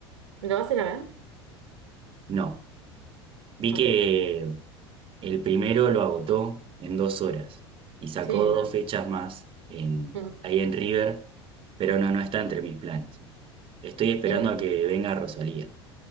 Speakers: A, on the right; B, on the right.
A: ¿Me lo vas a ir a ver?
B: No, vi
A: Ok.
B: que El primero lo agotó en dos horas y sacó
A: Sí,
B: dos
A: no.
B: fechas más en,
A: Mm.
B: ahí en River, pero no, no está entre mis planes. Estoy esperando
A: Y ya.
B: a que venga Rosalía,